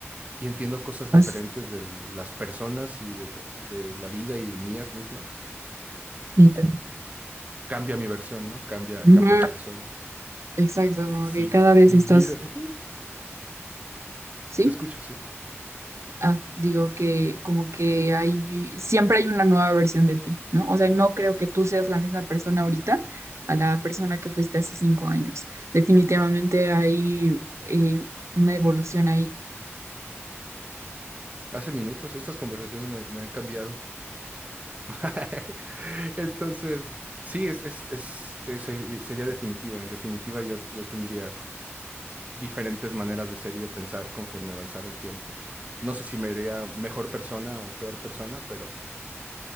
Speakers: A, on the right; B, on the right.
A: y entiendo cosas diferentes
B: Más
A: de las personas y de, la- de la vida y de mías mismas.
B: y te-
A: cambia mi versión, ¿no? Cambia,
B: Ujú,
A: cambia quién soy.
B: Exacto,
A: Si
B: como que cada
A: viviera,
B: vez estás,
A: Ujú,
B: ¿sí?
A: te escucho, sí.
B: Ah, digo que como que hay, siempre hay una nueva versión de ti, ¿no? O sea, no creo que tú seas la misma persona ahorita a la persona que fuiste hace cinco años. Definitivamente hay eh, una evolución ahí.
A: Hace minutos, estas conversaciones me, me han cambiado. <laughs> Entonces, sí, es, es, es, es- seri- sería definitiva. En definitiva, yo, yo tendría diferentes maneras de ser y de pensar conforme avanzara el tiempo. No sé si me haría mejor persona o peor persona, pero